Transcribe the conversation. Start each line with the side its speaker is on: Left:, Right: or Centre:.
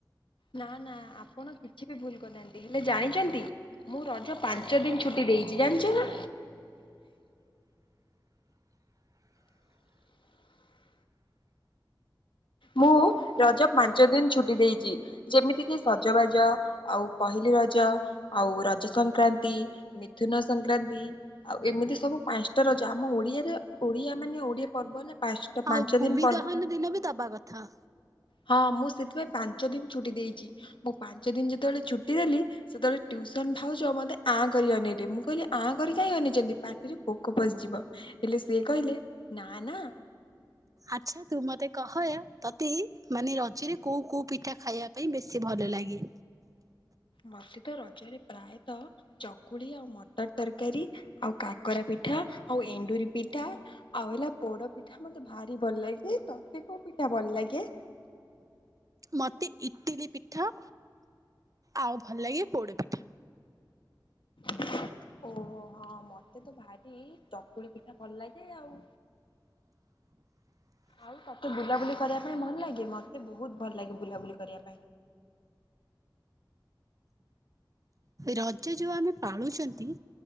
Left: ନା ନା ଆପଣ କିଛି ବି ଭୁଲ କରିୁନାହାନ୍ତି। ହେଲେ ଜାଣିଛନ୍ତି ମୁଁ ରଜ ପାଞ୍ଚ ଦିନ ଛୁଟି ଦେଇଛି ଜାଣିଛ ନା। ମୁଁ ରଜ ପାଞ୍ଚ ଦିନ ଛୁଟି ଦେଇଛି ‌। ଯେମିତି କିି ସଜବାଜ ଆଉ ପହିଲି ରଜ ଆଉ ରଜ ସଂକ୍ରାନ୍ତି ମିଥୁନ ସଂକ୍ରାନ୍ତି ଆଉ ଏମିତି ସବୁ ପାଞ୍ଚଟା ରଜ ଆମ ଓଡିଆରେ ଓଡିଆ ମାନେ ଓଡିଆ ପର୍ବ ହେଲା ପାଞ୍ଚଟା
Right: ଆଉ
Left: ପାଞ୍ଚ
Right: ଭୂମି
Left: ଦିନ ପର୍ବ
Right: ଦହନ ଦିନ ବି ଦବା କଥା।
Left: ହଁ ମୁଁ ସେଥିପାଇଁ ପାଞ୍ଚ ଦିନ ଛୁଟି ଦେଇଛି ମୁଁ ପାଞ୍ଚ ଦିନ ଯେତେବେଳେ ଛୁଟି ଦେଲି ସେତେବେଳେ ଟ୍ୟୁସନ ଭାଉଛ ମତେ ଆ କରି ଅନେଇଲେ ମୁଁ କହିଲି ଆଁ କରି କାହିଁ ଅନେଇଛନ୍ତି ପାଟିରେ ପୋକ ପଶିଯିବ ହେଲେ ସିଏ କହିଲେ ନା ନା
Right: ଆଚ୍ଛା ତୁ ମତେ କହ ତତେ ମାନେ ରଜରେ କୋଉ କୋଉ ପିଠା ଖାଇବା ପାଇଁ ବେଶୀ ଭଲ ଲାଗେ।
Left: ମୋତେତ ରଜରେ ପ୍ରାୟତଃ, ଚକୁଳି, ଆଉ, ମଟର, ତରକାରୀ। ଆଉ, କାକରା, ପିଠା, ଆଉ, ଏଣ୍ଡୁରି, ପିଠା। ଆଉ ହେଲା, ପୋଡ, ପିଠା, ମତେ ଭାରି ଭଲ ଲାଗେ ତତେକ, ପିଠା, ଭଲ ଲାଗେ।
Right: ମତେ, ଇଟିଲି, ପିଠା। ଆଉ ଭଲ ଲାଗେ, ପୋଡ, ପିଠା।
Left: <inaudible> ଓହୋହୋ ମତେ ତ ଭାରି, ଚକୁଳି, ପିଠା, ଭଲ ଲାଗେ ଆଉ। ଆଉ ତୋତେ ବୁଲାବୁଲି କରିବା ପାଇଁ ଭଲ ଲାଗେ ମତେ ବହୁତ ଭଲ ଲାଗେ ବୁଲାବୁଲି କରିବା ପାଇଁ।
Right: ରଜ ଯୋଉ ଆମେ ପାଳୁଛନ୍ତି।